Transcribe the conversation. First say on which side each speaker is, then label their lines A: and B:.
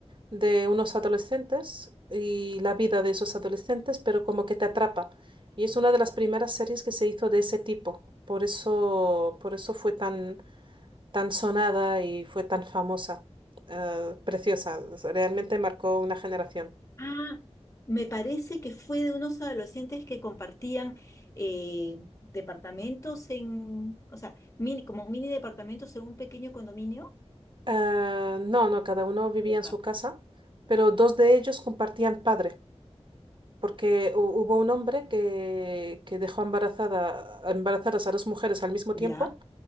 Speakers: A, on the right (about 50°); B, on the left (about 30°).
A: de unos adolescentes y la vida de esos adolescentes, pero como que te atrapa. Y es una de las primeras series que se hizo de ese tipo. Por eso, por eso fue tan, tan sonada y fue tan famosa. Eh, preciosa. Realmente marcó una generación.
B: Ah, me parece que fue de unos adolescentes que compartían eh, departamentos en, o sea, mini, como mini departamentos en un pequeño condominio.
A: Eh, no, no, cada uno vivía
B: Equivocado.
A: en su casa, pero dos de ellos compartían padre. porque hu- hubo un hombre que, que dejó embarazada, embarazadas a dos mujeres al mismo
B: Ya,
A: tiempo,